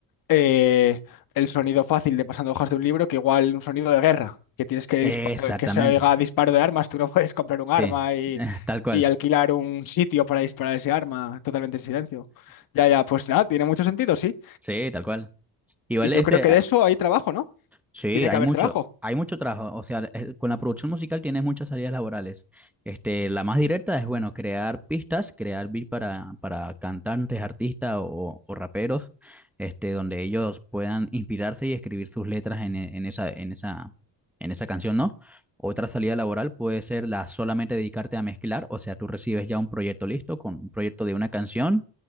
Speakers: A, on the left; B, in the centre.
A: eh, el sonido fácil de pasando hojas de un libro que igual un sonido de guerra, que tienes que
B: Exactamente,
A: dispa- eh, que se oiga disparo de armas, tú no <laughs> puedes comprar un
B: sí,
A: arma y,
B: <laughs> tal cual,
A: y alquilar un sitio para disparar ese arma totalmente en silencio. Ya, ya, pues nada, tiene mucho sentido, sí.
B: sí, tal cual. Igual
A: Y yo
B: este,
A: creo que de eso hay trabajo, ¿no?
B: Sí,
A: Tiene
B: hay
A: que haber
B: mucho,
A: trabajo.
B: hay mucho trabajo. O sea, eh, con la producción musical tienes muchas salidas laborales. Este, la más directa es, bueno, crear pistas, crear beat para, para cantantes, artistas o, o raperos, este, donde ellos puedan inspirarse y escribir sus letras en, e- en esa, en esa, en esa canción, ¿no? Otra salida laboral puede ser la solamente dedicarte a mezclar, o sea, tú recibes ya un proyecto listo, con un proyecto de una canción